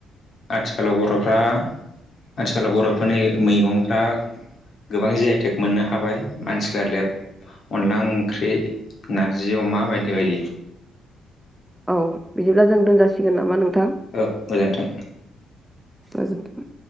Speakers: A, on the left; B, in the centre.
A: आथिखालाव बर'फोरा आथिखालाव बर'फोरनि मैगंफ्रा, गोबां जे आइटेक मोननो हाबाय। मानसिफ्रा लेब अनला ओंख्रि, नारजि अमा बायदि बायदि।
B: औ बिदिब्ला जों दोनजासिगोन नामा नोंथां
A: औ गोजोन्थों
B: गोजोन थों।